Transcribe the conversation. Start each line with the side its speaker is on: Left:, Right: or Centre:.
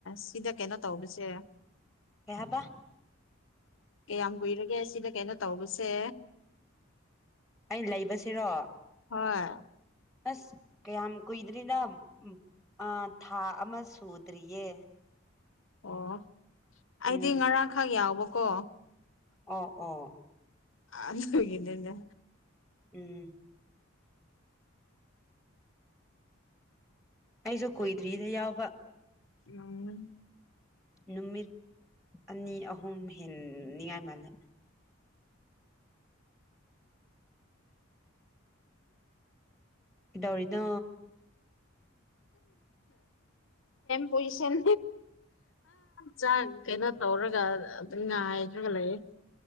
Left: ꯁꯤꯗ ꯀꯩꯅꯣ ꯇꯧꯔꯤꯁꯦ
Centre: ꯕꯥ
Left: ꯀꯌꯥꯝ ꯀꯨꯏꯔꯒꯦ ꯁꯤꯅ ꯀꯩꯅꯣ ꯇꯧꯕꯁꯦ
Centre: ꯑꯩ ꯂꯩꯕꯁꯤꯔꯣ
Left: ꯍꯣꯏ
Centre: ꯑꯁ ꯀꯩ ꯌꯥꯝꯝ ꯀꯣꯏ ꯏꯗꯔꯤꯗꯥ ꯑ ꯊꯥ ꯑꯃ ꯁꯨꯗ꯭ꯔꯤꯌꯦ
Left: ꯑꯣ ꯑꯩꯗꯤ
Centre: ꯎꯝ
Left: ꯉꯔꯥꯡꯈꯛ ꯌꯥꯎꯕꯀꯣ
Centre: ꯑꯣ ꯑꯣ
Left: ꯑꯒꯗꯦꯅꯦ
Centre: ꯎꯝ ꯑꯩꯁꯨ ꯀꯨꯏꯗ꯭ꯔꯤꯗ ꯌꯥꯎꯕ
Left: ꯎꯝ
Centre: ꯅꯨꯃꯤꯠ ꯑꯅꯤ ꯑꯍꯨꯝ ꯍꯦꯟꯅꯤꯉꯥꯏ ꯃꯥꯜꯂꯦ ꯏ ꯍꯧꯔꯤꯗ
Left: ꯄꯣꯖꯤꯁꯟ ꯆ ꯀꯩꯅꯣ ꯇꯧꯔꯒ ꯑꯗꯨ ꯉ ꯍꯥꯏꯗ꯭ꯔꯒ ꯂꯩꯌꯦ